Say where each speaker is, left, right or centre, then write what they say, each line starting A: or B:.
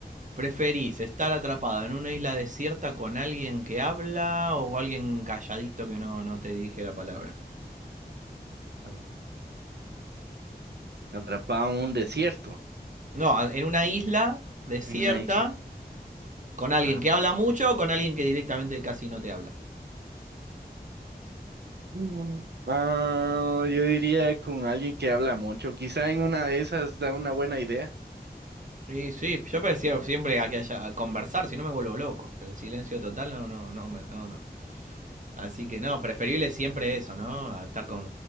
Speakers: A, on the right (about 50°); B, on the right (about 80°).
A: ¿Preferís estar atrapado en una isla desierta con alguien que habla o alguien calladito que no, no te dirige la palabra?
B: Ah, Atrapado en un desierto,
A: No, a- en una isla desierta
B: en una isla.
A: con alguien
B: Ah,
A: que habla mucho o con alguien que directamente casi no te habla.
B: mm. Ah, yo diría con alguien que habla mucho. Quizá en una de esas da una buena idea.
A: Y sí, yo prefiero siempre a que haya a conversar, si no me vuelvo loco. El silencio total no, no, no, me- no, no. Así que no, preferible siempre eso, ¿no? A estar con...